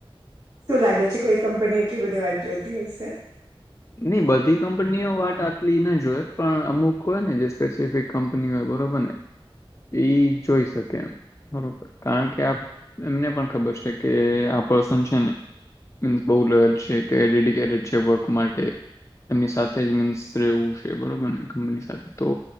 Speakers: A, on the right; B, on the left.
A: શું લાગે છે કોઈ કંપની એટલી બધી વાત જોતી હશે
B: નહી બધી કંપનીઓ વાત આટલી ના જોય પણ અમુક હોય ને જે સ્પેસિફિક કંપની હોય બરોબર ને એ જોઈ શકે એમ બબ કારણ કે એમને પણ ખબર છે કે આ પર્સન છે ને મીન્સ બહ લેલ છે કે, ડેડિકેટેડ છે વર્ક માટે એમની સાથે જ મીન્સ રહેવું છે બરોબરને કંપની સાથે તો